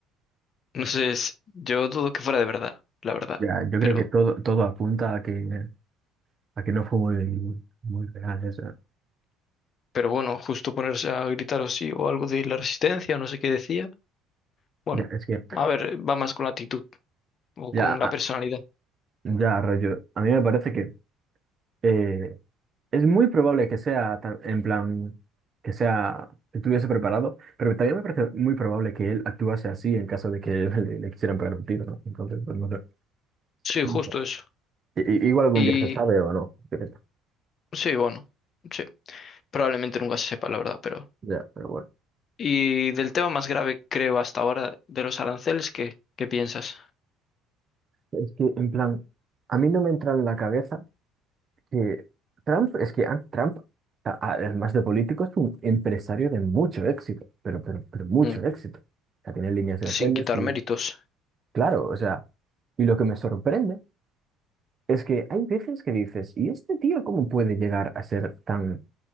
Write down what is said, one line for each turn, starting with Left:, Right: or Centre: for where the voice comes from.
Left: no sé, es- yo dudo que fuera de verdad, la verdad.
Right: Ya, yo
Left: Pero,
Right: creo que todo, todo apunta a que, a que no fue muy, muy muy real eso.
Left: pero bueno, justo ponerse a gritar o sí, o algo de la resistencia, no sé qué decía. Bueno,
Right: Ya, es que,
Left: a ver, va más con la actitud o
Right: ya,
Left: con la personalidad.
Right: ya, rollo, a mí me parece que eh, Es muy probable que sea tan- en plan, que sea, que estuviese preparado, pero también me parece muy probable que él actuase así en caso de que <laughs> le, le quisieran pegar un tiro, ¿no? Entonces, pues no sé.
Left: Sí,
Right: No
Left: justo
Right: sé.
Left: eso.
Right: I- i- igual algún
Left: Y
Right: día se sabe o no. yo qué sé.
Left: Sí, bueno, sí. Probablemente nunca se sepa, la verdad, pero...
Right: Ya, pero bueno.
Left: Y del tema más grave, creo, hasta ahora, de los aranceles, ¿qué, qué piensas?
Right: Es que, en plan, a mí no me entra en la cabeza que Trump, es que ah, Trump, a- a- además de político, es un empresario de mucho éxito, pero, pero, pero mucho
Left: Mm,
Right: éxito. O sea, tiene líneas de hoteles
Left: Sin quitar
Right: y,
Left: méritos.
Right: claro, o sea, y lo que me sorprende. Es que hay veces que dices, ¿y este tío cómo puede llegar a ser tan...